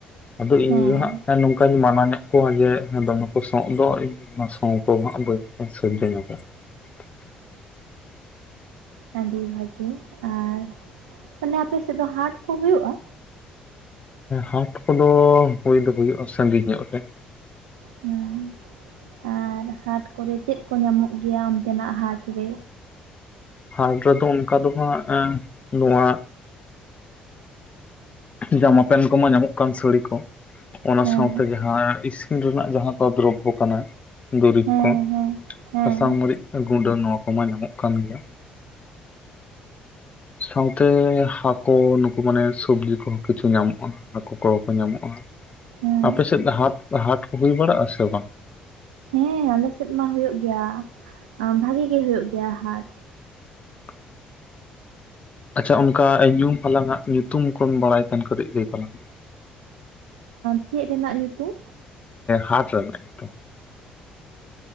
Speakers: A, on the left; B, on the right.
A: ᱟᱫᱚ ᱤᱧ
B: ᱦᱮᱸ
A: ᱫᱚ ᱦᱟᱸᱜ ᱱᱚᱝᱠᱟᱧ ᱢᱟᱱᱟᱣ ᱧᱚᱜ ᱟᱠᱚᱣᱟᱜ ᱡᱮ ᱫᱚ ᱠᱚ ᱥᱚ ᱫᱚ ᱤᱧ ᱚᱱᱟ ᱥᱚ ᱠᱚᱜ ᱵᱟᱹᱧᱥᱚᱡᱳ ᱧᱚᱜᱟ ᱾ <unintelligible>
B: ᱟᱹᱰᱤ ᱵᱷᱟᱜᱮ ᱟᱨ, ᱛᱟᱦᱟᱞᱮ ᱟᱯᱮ ᱥᱮᱫ ᱫᱚ ᱦᱟᱴ ᱠᱚ ᱦᱩᱭᱩᱜᱼᱟ‍?
A: ᱦᱟᱴ ᱠᱚᱫᱚ ᱦᱳᱭ ᱫᱚ ᱦᱳᱭᱳᱜᱼᱟ ᱥᱟᱺᱜᱤᱧ ᱧᱚᱜ ᱨᱮ᱾
B: ᱦᱮᱸ ᱟᱨ ᱦᱟᱴ ᱠᱚᱨᱮ ᱪᱮᱫ ᱠᱚ ᱧᱟᱢᱚᱜ ᱜᱮᱭᱟ ᱚᱱᱛᱮᱱᱟᱜ ᱦᱟᱴ ᱨᱮ?
A: ᱦᱟᱴ ᱨᱮ ᱫᱚ ᱚᱱᱠᱟ ᱫᱚ ᱦᱟᱸᱜ ᱱᱚᱣᱟ ᱡᱟᱢᱟ ᱯᱮᱱᱴ ᱠᱚᱢᱟ ᱧᱟᱢᱚᱜ ᱠᱟᱱ ᱥᱟᱹᱲᱤ ᱠᱚ, ᱚᱱᱟ
B: ᱦᱮᱸ
A: ᱥᱟᱶᱛᱮ ᱡᱟᱦᱟᱸ ᱤᱥᱤᱱ ᱨᱮᱱᱟᱜ ᱡᱟᱦᱟᱸ ᱠᱚ ᱫᱨᱚᱵᱚ ᱠᱟᱱᱟ ᱫᱩᱨᱤᱵᱽ
B: ᱦᱮᱸ
A: ᱠᱚ
B: ᱦᱮᱸ ᱦᱮᱸ
A: ᱥᱟᱥᱟᱝ ᱢᱟᱺᱨᱤᱡ ᱜᱩᱸᱰᱟᱹ ᱱᱚᱣᱟ ᱠᱚᱢᱟ ᱧᱟᱢᱚᱜ ᱠᱟᱱ ᱜᱮᱭᱟ᱾ ᱥᱟᱶᱛᱮ ᱦᱟᱠᱳ ᱱᱩᱠᱩ ᱢᱟᱱᱮ ᱥᱚᱵᱽᱡᱤ ᱠᱚᱦᱚᱸ ᱠᱤᱪᱷᱩ ᱧᱟᱢᱚᱜᱼᱟ ᱦᱟᱠᱳ ᱠᱚᱦᱚᱸ ᱠᱚ ᱧᱟᱢᱚᱜᱼᱟ᱾
B: ᱦᱮᱸ
A: ᱟᱯᱮᱥᱮᱫ ᱦᱟ ᱦᱟᱴ ᱠᱚ ᱦᱩᱭ ᱵᱟᱲᱟᱜ ᱟ ᱥᱮ ᱵᱟᱝ?
B: ᱦᱮᱸ ᱟᱞᱮᱥᱮᱫ ᱢᱟ ᱦᱳᱭᱳᱜ ᱜᱮᱭᱟ, ᱵᱷᱟᱜᱤ ᱜᱮ ᱦᱳᱭᱳᱜ ᱜᱮᱭᱟ ᱦᱟᱴ᱾
A: <unintelligible> ᱟᱪᱷᱟ ᱚᱱᱠᱟ ᱧᱩᱢ ᱦᱟᱞᱟᱝᱟᱜ ᱧᱩᱛᱩᱢ ᱠᱚᱢ ᱵᱟᱲᱟᱭ ᱠᱟᱱ ᱠᱟᱹᱴᱤᱡ ᱞᱮ ᱭ ᱛᱟᱞᱟᱝ ᱢᱮ᱾
B: ᱪᱮᱫ ᱨᱮᱱᱟᱜ ᱧᱩᱛᱩᱢ?
A: ᱦᱟᱴ ᱨᱮᱟᱱᱟᱜ᱾